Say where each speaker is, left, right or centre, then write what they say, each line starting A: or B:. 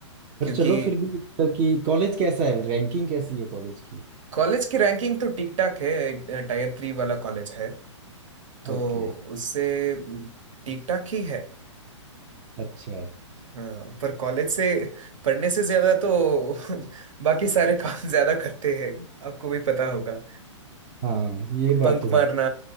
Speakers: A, on the right (about 25°); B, on the right (about 80°).
A: पर
B: क्योंकि
A: चलो फिर भी मतलब कि कॉलेज कैसा है रैंकिंग कैसी है कॉलेज की
B: कॉलेज की रैंकिंग तो ठीक ठाक है टायर थ्री वाला कॉलेज है तो
A: ओके
B: उससे ठीक ठाक ही है
A: अच्छा
B: हाँ पर कॉलेज से पढ़ने से ज्यादा तो <laughs> बाकी सारे काम <laughs> ज्यादा करते हैं आपको भी पता होगा
A: हाँ ये
B: बंक
A: बात तो
B: मारना
A: है